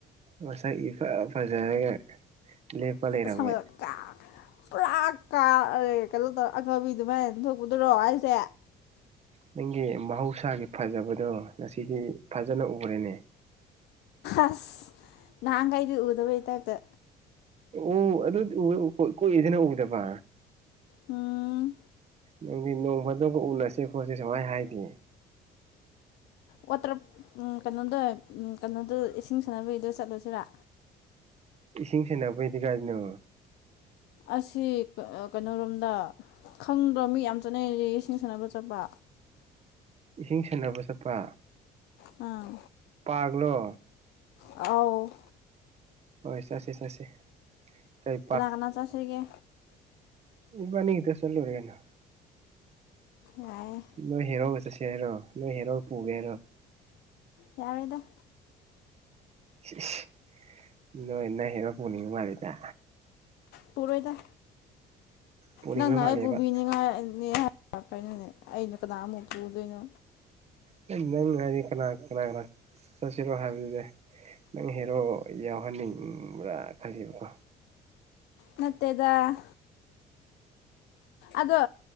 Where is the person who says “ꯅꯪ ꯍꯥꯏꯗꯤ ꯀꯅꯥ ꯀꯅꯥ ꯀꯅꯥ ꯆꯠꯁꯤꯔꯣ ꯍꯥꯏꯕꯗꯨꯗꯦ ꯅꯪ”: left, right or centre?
Right